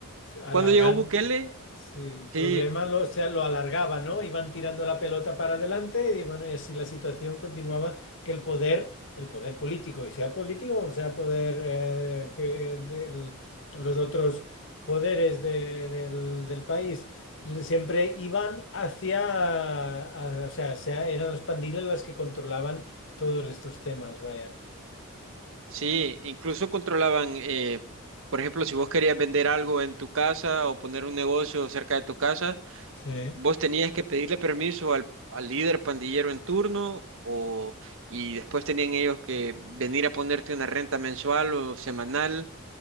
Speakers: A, on the left (about 60°); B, on the right (about 60°).
A: alargando.
B: Cuando llegó Bukele,
A: Sí, el problema
B: sí,
A: lo, o sea, lo alargaba, ¿no? Iban tirando la pelota para adelante y bueno, y así la situación continuaba que el poder, el poder político, y sea político o sea poder, eh, que del- los otros poderes de- del, del país, le- siempre iban hacia, a- o sea, sea- eran las pandillas las que controlaban todos estos temas, vaya.
B: sí, incluso controlaban, eh, por ejemplo, si vos querías vender algo en tu casa o poner un negocio cerca de tu casa,
A: Sí.
B: vos tenías que pedirle permiso al, al líder pandillero en turno o, y después tenían ellos que venir a ponerte una renta mensual o semanal